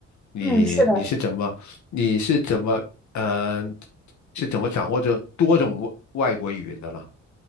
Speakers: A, on the left; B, in the centre.
A: 你你是怎么你是怎么呃
B: 嗯，是的。
A: 是怎么掌握着多种外外国语的呢？